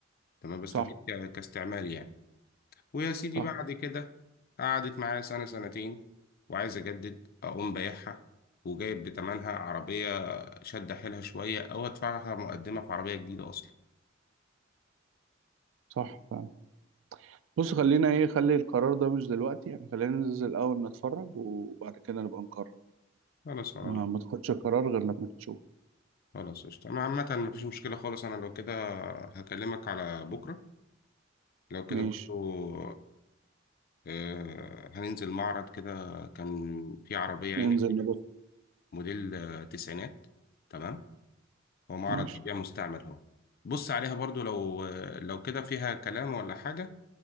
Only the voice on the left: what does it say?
تمام بستفيد
ك... كاستعمال يعني ويا سيدي
بعد كده قعدت معايا سنه سنتين وعايز اجدد اقوم بايعها وجايب بتمنها عربيه شد حيلها شويه او ادفعها مقدمه في عربيه جديده اصلا
خلاص على
الله
خلاص قشطة أنا عامة مفيش مشكلة خالص أنا لو كده هكلمك على بكرة لو كده
برضو آه، هننزل معرض كده كان في عربية
يعني
موديل آه، تسعينات تمام هو معرض
بيبيع مستعمل أهو بص عليها برضو لو آه، لو كده فيها كلام ولا حاجة